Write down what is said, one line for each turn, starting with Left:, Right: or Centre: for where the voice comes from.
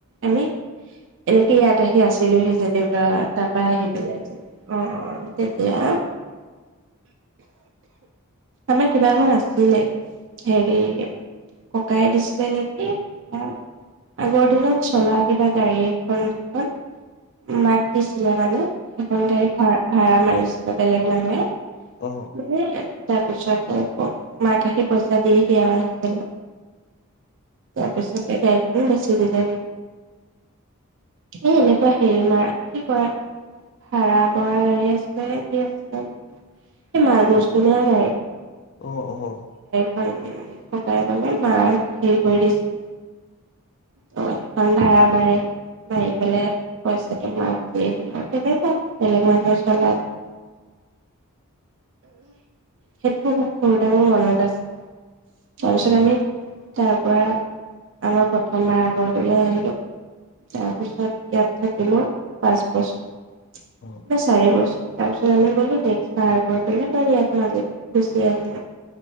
Right: আমি এনেকে ইয়াত আহি আছিলোহি যে দেউতা তাৰ পৰা আহি পেলাই অ', অ', এতিয়া আমাৰ কিবা এখন আছিলে। হেৰি ককাইে দিছিলে নেকি কিবা আগৰ দিনত চলা কিবা গাড়ী এখন যখন মাক দিছিলে মানে। এখন গাড়ী ভা ভাড়া মাৰিছিল। বেলেগ মানুৱে
Left: অ
Right: মেকে <unintelligible> তাৰপিছতে মাক আহি পইচা দি সেয়া আহিছিল তাৰপিছতে গাড়ীখনো বেছি দিল লাগে স এনেকুৱা হেৰি মৰা কি কৰা ভৰা মৰা গাড়ী আছিলে নে স আছিলে। এই মাল বস্তু নিয়া গাৰি।
Left: অ', অ',
Right: ককাই বলে মাক হেৰি কৰি দিছিল ত সেইখন ভড়া মাৰে মাৰি পেলাই পইচাটো মাক দে আহি আৰু তেনেুৱা বেলেগ মানুহে চলও সেইটো সৰু ত মোৰ মনত আছে। তাৰপিছত
Left: অ
Right: আমি
Left: আচ্ছা
Right: তাৰ পৰা আমাৰ প্ৰথমবাৰ আগৰ ঘলৈ আহিলো তাৰ পিছত ইয়াত থাকিলো পাঁচ বছৰ। ন
Left: অ
Right: চাইছ তাৰ পিছ আমি গ'লো নেক্স ভাৰা ঘৰটোলৈ ইয়াত মাজ গুচি আহিলো।